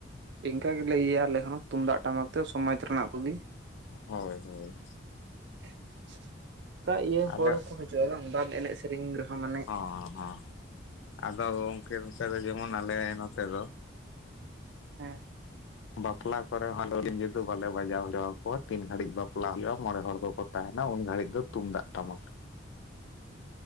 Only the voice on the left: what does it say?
ᱦᱳᱭ ᱦᱳᱭ
ᱟᱞᱮ
ᱦᱚᱸ ᱦᱚᱸ ᱟᱫᱚ ᱜᱚᱢᱠᱮ ᱚᱱᱛᱮ ᱫᱚ ᱡᱮᱢᱚᱱ ᱟᱞᱮ ᱱᱚᱛᱮ ᱫᱚᱼᱼ
ᱵᱟᱯᱞᱟ ᱠᱚᱨᱮ ᱦᱚᱸ ᱟᱞᱮ ᱫᱚ ᱰᱤᱡᱮ ᱫᱚ ᱵᱟᱞᱮ ᱵᱟᱡᱟᱣ ᱦᱚᱪᱚᱣᱟᱠᱚᱣᱟ ᱛᱤᱱ ᱜᱷᱟᱹᱲᱤᱡ ᱵᱟᱯᱞᱟ ᱦᱩᱭᱩᱜᱼᱟ ᱢᱚᱬᱮ ᱦᱚᱲ ᱠᱚᱠᱚᱼᱼᱼ ᱛᱟᱦᱮᱱᱟ ᱩᱱ ᱜᱷᱟᱨᱤᱡ ᱫᱚ ᱛᱩᱢᱫᱟᱜ ᱴᱟᱢᱟᱠᱼᱼᱼ